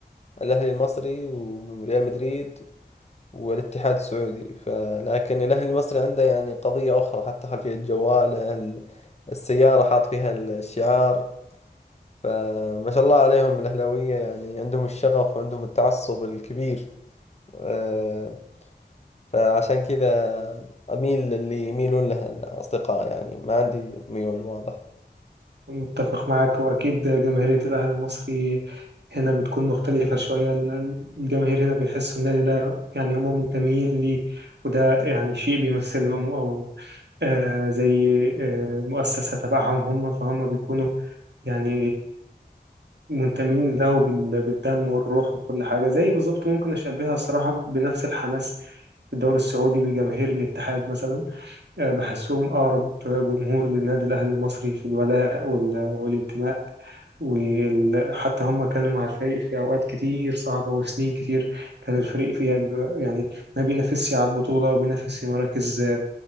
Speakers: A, on the left; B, on the right.
A: الأهلي المصري وريال مدريد والاتحاد السعودي فلكن الأهلي المصري عنده يعني قضية أخرى حتى خلفية جواله ال- السيارة حاط فيها الشعار فما شاء الله عليهم الأهلاوية يعني عندهم الشغف وعندهم التعصب الكبير أه، فعشان كذا أميل اللي يميلون لها الأصدقاء يعني ما عندي ميول واضح
B: متفق معاك واكيد جماهيرية الاهلي المصري هنا بتكون مختلفة شوية ال- الجماهير هنا بيحسوا النادي ده يعني هم منتمين ليه وده يعني شيء بيمثلهم أو آه زي آه مؤسسة تبعهم هم فهم بيكونوا يعني منتمين له بال- بالدم والروح وكل حاجة زي بالظبط ممكن أشبهها الصراحة بنفس الحماس في الدوري السعودي بجماهير الاتحاد مثلا آه، بحسهم أقرب جمهور للنادي الأهلي المصري في الولاء وال- والانتماء وحتى هم كانوا مع الفريق في أوقات كتير صعبة وسنين كتير كان الفريق فيها ب- يعني ما بينافسش على البطولة وبينافس في مراكز آه،